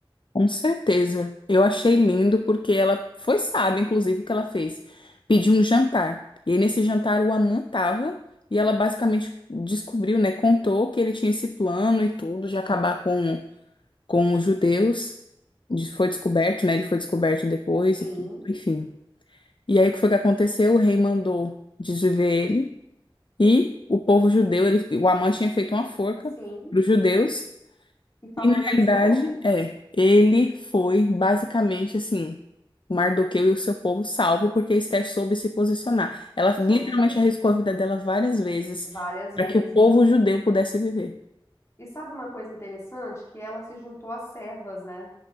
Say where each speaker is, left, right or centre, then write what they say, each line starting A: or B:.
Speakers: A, on the left; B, on the left.
A: Com certeza. Eu achei lindo porque ela foi sábia, inclusive, o que ela fez. Pediu um jantar. E aí, nesse jantar, o Aman tava e ela basicamente descobriu, né? Contou que ele tinha esse plano e tudo de acabar com, com os judeus. De- Foi descoberto, né? Ele foi descoberto depois
B: Sim,
A: e tudo, enfim. E aí, o que foi que aconteceu? O rei mandou desviver ele e o povo judeu, ele, o Amã tinha feito uma forca
B: sim.
A: para os judeus
B: E favoreceu
A: e, na realidade,
B: ela,
A: é, ele foi basicamente assim, Mardoqueu e o seu povo salvo, porque Esther soube se posicionar. Ela
B: soube
A: literalmente
B: se posicionar
A: arriscou a vida dela várias vezes
B: várias
A: para
B: vezes.
A: que o povo judeu pudesse viver.
B: E sabe uma coisa interessante? Que ela se juntou às servas, né?